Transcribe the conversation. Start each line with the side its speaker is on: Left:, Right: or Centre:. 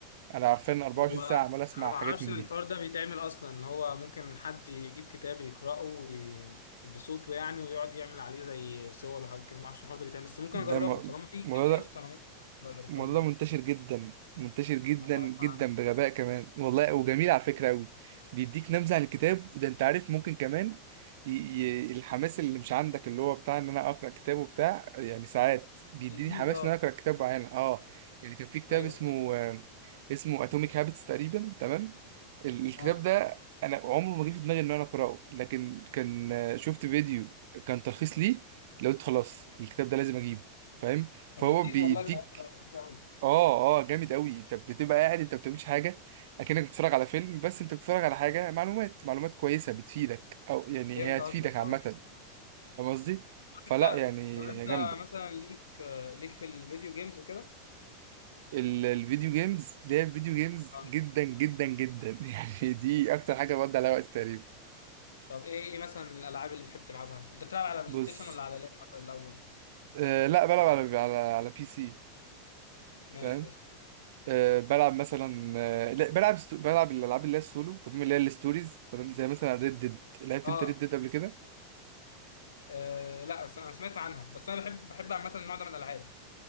Right: انا عارفان 24
Left: هو
Right: ساعة عمال اسمع
Left: انا ما
Right: حاجات
Left: اعرفش
Right: من
Left: ان
Right: دي
Left: الحوار ده بيتعمل اصلا ان هو ممكن حد يجيب كتاب يقراه وي- بصوته يعني ويقعد يعمل عليه زي صور وحاجات كده ما اعرفش الحوار ده بيتعمل بس ممكن
Right: ده
Left: اجربه
Right: الم-
Left: طالما في كده
Right: الموضوع ده
Left: قشطه انا ممكن اجرب الحوار
Right: والله
Left: ده
Right: منتشر جدا منتشر جدا
Left: انا اول مره
Right: جدا
Left: اسمع عنه
Right: بغباء كمان والله وجميل على فكرة قوي بيديك نبذة عن الكتاب وده انت عارف ممكن كمان ي... ي... الحماس اللي مش عندك اللي هو بتاع ان انا اقرا كتاب وبتاع يعني ساعات بيديني
Left: جديد
Right: حماس
Left: اه
Right: ان انا اقرا كتاب معين اه يعني كان في كتاب
Left: ايوه
Right: اسمه
Left: فاهم
Right: آه، اسمه اتوميك هابتس تقريبا تمام ال- الكتاب
Left: اه
Right: ده انا عمره ما جه في دماغي ان انا اقراه لكن كان آه، شفت فيديو كان تلخيص ليه لقيت خلاص الكتاب ده لازم اجيبه فاهم فهو
Left: طب لذيذ
Right: بيديك
Left: والله الحوار ده لذيذ قوي
Right: اه اه جامد قوي انت بتبقى قاعد انت ما بتعملش حاجه اكنك بتتفرج على فيلم بس انت بتتفرج على حاجه معلومات معلومات كويسه بتفيدك او يعني
Left: فهمت
Right: هي هتفيدك
Left: قصدك
Right: عامه
Left: اه
Right: فاهم قصدي فلا
Left: انت
Right: يعني
Left: طب انت
Right: هي جامده
Left: مثلا ليك آه، ليك في الفيديو جيمز وكده
Right: ال- الفيديو جيمز ده الفيديو جيمز
Left: اه
Right: جدا جدا جدا <laughs> يعني دي اكتر حاجه بقضي عليها وقت تقريبا
Left: طب ايه ايه مثلا الالعاب اللي بتحب تلعبها انت بتلعب على بلاي
Right: بص
Left: ستيشن ولا على لعبه الاول
Right: آه لا بلعب على على على بي سي
Left: ماشي
Right: فاهم
Left: قشطه
Right: آه بلعب مثلا آه لا بلعب ست- بلعب الالعاب اللي هي السولو تمام اللي هي الستوريز تمام زي مثلا ريد ديد لعبت
Left: اه
Right: انت ريد ديد قبل كده
Left: آه لا بس انا سمعت عنها بس انا بحب بحب عامه النوع ده من الالعاب